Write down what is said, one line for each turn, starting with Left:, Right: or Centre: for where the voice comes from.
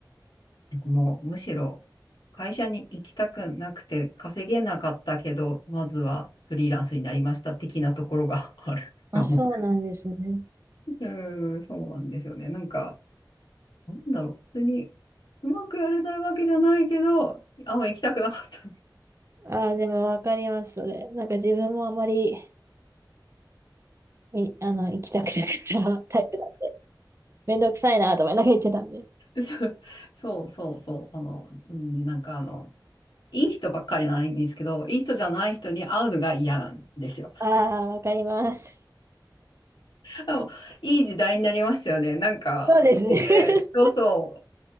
Left: もうむしろ会社に行きたくなくて稼げなかったけど、まずはフリーランスになりました的なところがあるかも。
Right: あ、そうなんですね。
Left: うーん、そうなんですよね。なんか、なんだろう。別にうまくやれないわけじゃないけど、あんま行きたくなかった。
Right: ああ、でもわかります、それ。なんか自分もあまり、みあの、行きたくなかったタイプなんで、めんどくさいなと思いながら行ってたんで。
Left: <laughs> そうそうそうそう。あの、うん、なんかあの、いい人ばっかりないんですけど、いい人じゃない人に会うのが嫌なんですよ。
Right: ああ、わかります。
Left: あいい時代になりますよね。なんか、
Right: そうですね。
Left: 家で、
Right: <laughs>
Left: そうそう。